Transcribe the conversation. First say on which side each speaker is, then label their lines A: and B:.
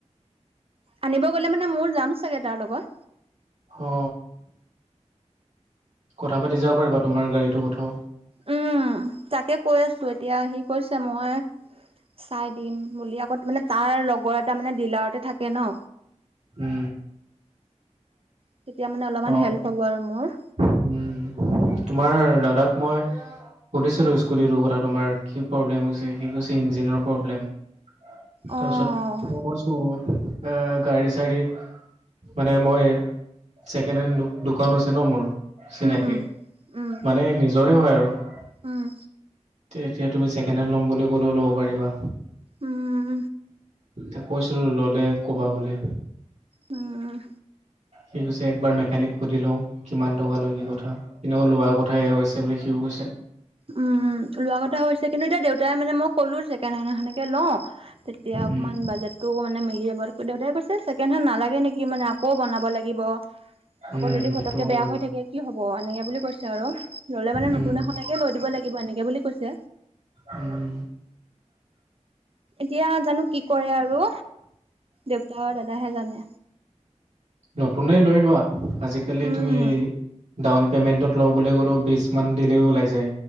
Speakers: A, on the right; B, on the right.
A: আনিব গ'লে মানে মইও যাম চাগে তাৰ লগত।
B: হ কথা- পাতি যাব পাৰিবা তোমাৰ গাড়ীটো কথাও
A: উম, তাকে কৈ আছো এতিয়া সি কৈছে মই চাই দিম বুলি তাৰ মানে তাৰ লগৰ এটা মানে ডিলাৰতে থাকে ন'
B: উম
A: তেতিয়া মানে অলপমান
B: অ'
A: হেল্প হ'ব আৰু মোৰ।
B: উম, তোমাৰ দাদাক মই সুধিছিলো স্কুটিটোৰ কথা তোমাৰ কি প্ৰব্লেম হৈছে সি কৈছে ইঞ্জিনৰ প্ৰব্লেম। তাৰপিছত
A: অ',
B: মই কৈছো এ গাড়ী - ছাড়ী মানে মই ছেকেণ্ড হেণ্ড দোকানো আছে ন' মোৰ চিনাকি
A: উম, উম, উম,
B: মানে নিজৰে হয় আৰু
A: উম,
B: <inaudible> তে এতিয়া তুমি ছেকেণ্ড হেণ্ড ল'ম বুলি ক'লেও' লব পাৰিবা।
A: উম
B: এতিয়া কৈছিলো ললে ক'বা বুলি
A: উম
B: সি কৈছে একবাৰ মেকানিক সুধি লওঁ কিমান টকা লয় কি কথা কিন্তু আকৌ লোৱাৰ কথাই হৈ আছে বুলি সিও কৈছে
A: উম লোৱা কথা হৈছে কিন্তু এতিয়া দেউতাই মানে মই ক'লো ছেকেণ্ড হেণ্ড এখন কে লও তেতিয়া অকণমান
B: উম,
A: বাজেটটো মানে মিলি যাব দেউতাই কৈছে ছেকেণ্ড হেড নালাগে নেকি মানে আকৌ বনাব লাগিব
B: উম,
A: আকৌ যদি পতককে
B: সেইটো হয়
A: বেয়া
B: বাৰু।
A: হৈ থাকে কি হব হ'ব এনেকে বুলি কৈছে আৰু ল'লে মানে
B: উম,
A: নতুন এখননেকে লৈ লৈ দিব এনেকে বুলি কৈছে।
B: উম।
A: এতিয়া জানো কি কৰে আৰু দেউতা আৰু দাদাহে জানে।
B: নতুনে লৈ লোৱা আজিকালি
A: উম
B: তুমি ডাউন পে'মেণ্টত লৈ বুলি' ক'লে বিছ মান দিলেই ওলাই যায়।